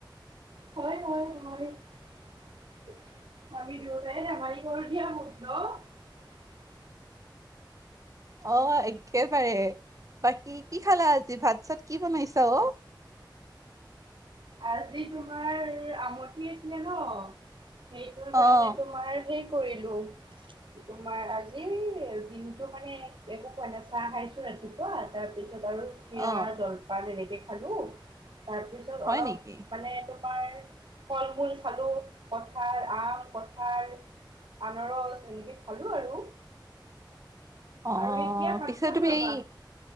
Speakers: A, on the right; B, on the right.
A: হয়- হয়- হয় <inaudible> আমি দুয়টাই নাভাৰি <unintelligible>
B: অহ, এক্কেবাৰে। বাকী কি খালা আজি ভাত- চাত কি বনাইছা অ?
A: আজি তোমাৰ আমঠি আছিলে ন' সেইটোৰ
B: অ'
A: কাৰণে তোমাৰ হেই কৰিলো তোমাৰ আজি দিনটো মানে একো খোৱা নাই চাহ খাইছো ৰাতিপুৱা তাৰপিছত পিছত আৰু চিৰা
B: অ'
A: -জলপান তেনেকে খালো তাৰপিছত
B: হয়
A: অলপ
B: নেকি?
A: মানে তোমাৰ ফল -মূল খালো কঠাল, আম, কঠাল আনাৰস, এনেকে খালো আৰু।
B: অ',
A: আৰু এতিয়া ভাত
B: পিছে
A: খালো
B: তুমি
A: ৰবা
B: এই